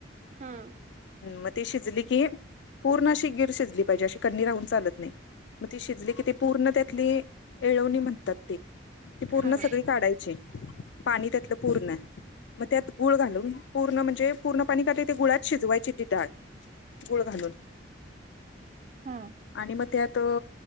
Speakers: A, on the right; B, on the left.
A: हां,
B: मग ती शिजली की, पूर्ण अशी गीर शिजली पाहिजे, अशी कंनी राहून चालत नाही. मग ते शिजले की, ती पूर्ण त्यातली एळवणी म्हणतात ते, ती पूर्ण
A: हां.
B: सगळी काढा यची. पाणी त्यातलं पूर्ण मग त्यात गुळ घालून पूर्ण म्हणजे पूर्ण पाणी काढले ते गुळात शिजवायची ती डाळ. गुळ घालून
A: हां.
B: आणि मग त्यात